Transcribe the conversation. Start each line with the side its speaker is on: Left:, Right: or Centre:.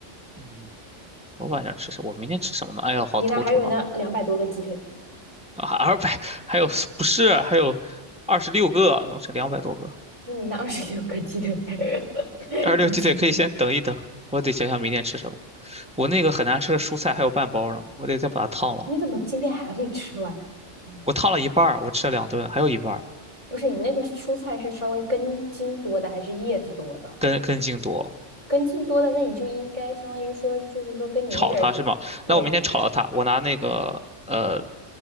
Centre: 嗯，我晚上吃什我明天吃什么呢？哎呀，好头疼啊！
Right: 你那还有那两百多个鸡腿，
Centre: 啊，二百还有不是还有二十六个，弄是两百多个。
Right: 那你那二十六个鸡腿，<laughs>
Centre: 二十六鸡腿可以先等一等，
Right: 你这
Centre: 我得想想明天吃什么。我那个很难吃的蔬菜还有半包呢，我得再把它烫了。
Right: 你怎么今天还没吃完？嗯
Centre: 我烫了一半儿，我吃了两顿，还有一半儿
Right: 不是，你那个蔬菜是稍微根茎多的还是叶子多的？
Centre: 根根茎多，
Right: 根茎多的，那你就应该相当于说，就是说跟你那点儿，
Centre: 炒它是吗？
Right: 对啊，
Centre: 那我明天炒了它，我拿那个呃